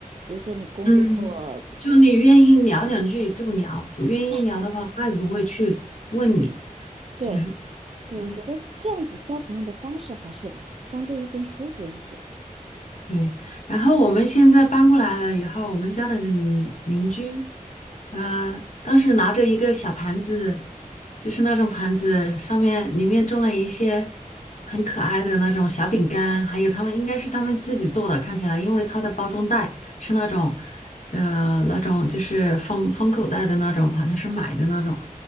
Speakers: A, on the right; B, on the left.
A: 比如说你工作，
B: 嗯，就你愿意聊两句就聊，
A: 呃
B: 不愿意聊的话，
A: 哎
B: 他也不会去问你，
A: 对
B: 就是。
A: 对，
B: 嗯。
A: 我觉得这样子交朋友的方式还是相对于更舒服一些。
B: 对，然后我们现在搬过来了以后，我们家的邻邻居，呃，当时拿着一个小盘子，就是那种盘子，上面里面种了一些很可爱的那种小饼干，还有他们应该是他们自己做的，看起来，因为它的包装袋是那种，呃，那种就是封封口袋的那种，好像是买的那种，